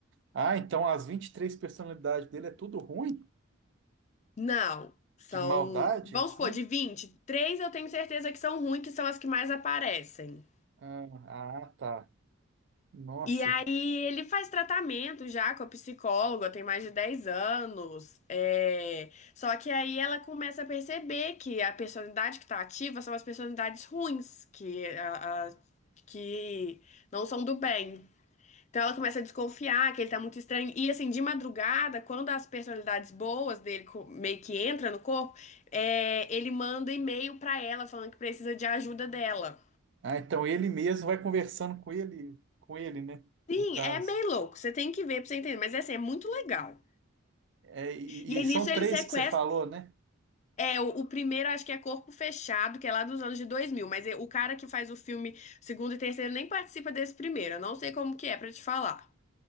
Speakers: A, on the right; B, on the left.
A: ah, então as 23 personalidades dele é tudo ruim?
B: Não, são,
A: De maldade,
B: vamos
A: sim?
B: supor, de 20. três eu tenho certeza que são ruins, que são as que mais aparecem.
A: Ah, ah, tá. Nossa.
B: E aí ele faz tratamento já com a psicóloga, tem mais de 10 anos. é, Só que aí ela começa a perceber que a personalidade que tá ativa são as personalidades ruins, que, a- a- que não são do bem. Então ela começa a desconfiar que ele tá muito estranho. E assim, de madrugada, quando as personalidades boas dele co- meio que entra no corpo, é, ele manda e-mail pra ela falando que precisa de ajuda dela.
A: Ah, então ele mesmo vai conversando com ele, com ele, né?
B: Sim,
A: No caso.
B: é meio louco. Você tem que ver pra você entender. Mas assim, é muito legal.
A: É, e,
B: E aí
A: e são
B: nisso ele
A: três
B: sequestra.
A: que você falou, né?
B: É, o, o primeiro acho que é Corpo Fechado, que é lá dos anos de dois mil mas é- o cara que faz o filme segundo e terceiro nem participa desse primeiro. Eu não sei como que é pra te falar.